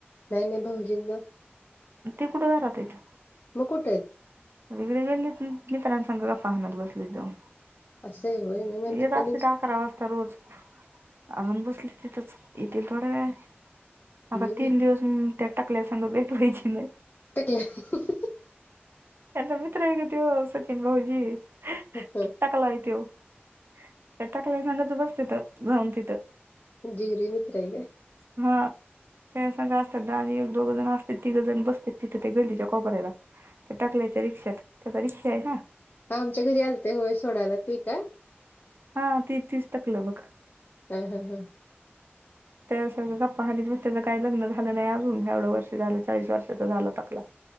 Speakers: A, on the left; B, on the right.
A: नाही नाही भाऊजींना.
B: ते कुठ घरात आहेत.
A: मग कुठे आहेत.
B: ते तिकडं गल्लीत मित्रांसंग गप्पा हानत बसलेत जाऊन.
A: असं आहे होय. मी म्हणते
B: येत
A: त्यांनी
B: असत्यात अकरा वाजता रोज. अजून बसले तिथच. येतील थोड्या वेळाने. आता
A: मी म्हण
B: तीन दिवस हम त्या टकल्या संग भेट व्हायची नाही.
A: टकल्या
B: त्यांचा मित्र ये ग तो. सचिन भाऊजी.
A: <unintelligible>
B: टकलाय त्यो. त्या टकल्या संगच बसत्यात जाऊन तिथ.
A: जीगरि मित्रय ग.
B: हा त्याजसंग असत्यात दहा आणि एक दोघ जण असतेत तीघ जण बसतेत तिथं ते गल्लीच्या कोपऱ्याला त्या टकल्याच्या रिक्षात त्याका रिक्षाय ना
A: आमच्या घरी आलते होय सोडायला ते काय?
B: हा ती तीच टकलं बघ.
A: हा हा हा
B: त्याजा संग गप्पा हानित बसत्यात त्याज काय लग्न झालं नाही अजून एवढं वर्ष झालं चाळीस वर्षाचा झाला टकला